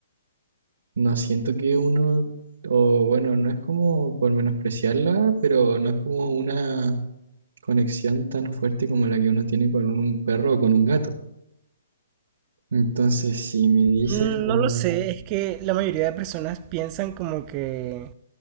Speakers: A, on the right; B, on the right.
A: no siento que uno, o bueno, no es como por menospreciarla, pero no es como una conexión tan fuerte como la que uno tiene con un perro o con un gato. Entonces, si me dices
B: Mm,
A: como
B: No lo sé,
A: de,
B: es que la mayoría de personas piensan como que